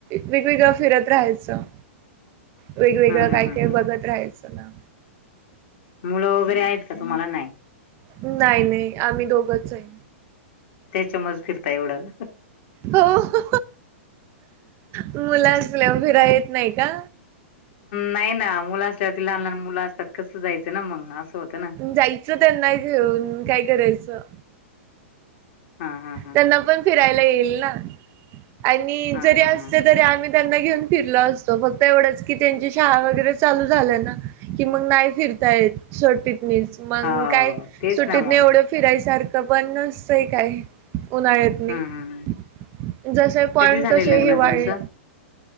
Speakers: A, on the right; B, on the left.
A: वेगवेगळं फिरत राहायचं. वेगवेगळं
B: हम्म
A: काय-काय
B: हम्म हम्म
A: बघत राहायचं ना.
B: मुलं वगैरे आहेत का तुम्हाला नाही?
A: नाही-नाही आम्ही दोघंच आहे.
B: त्याच्या मुळेच फिरता एवढं..
A: हो मुलं असल्या वर फिरा येत नाही का?
B: नाही ना, मुलं असल्यावर लहान-लहान मुलं असतात कसं जायचं ना मग असं. होतं ना
A: जायचं त्यांना घेऊन काय करायचं.
B: हा हा हा
A: त्यांना पण फिरायला येईल ना? आणि
B: हा
A: जरी
B: हा
A: असते तरी आम्ही... त्यांना घेऊन फिरलो असतो फक्त एवढंच की त्यांची शाळा वगैरे चालू झाल्या ना की मग नाही फिर... येत <unintelligible> मीच मग
B: हो
A: काय
B: तेच
A: सुट्टीत
B: ना
A: नाही
B: मग
A: एवढं फिरायसारख पण नसतय काय. उन्हाळ्यात नाही
B: हम्म हम्म
A: जसे पॉइंट
B: कधी झाले
A: कसे
B: लग्न
A: हिवाळे..
B: तुमचं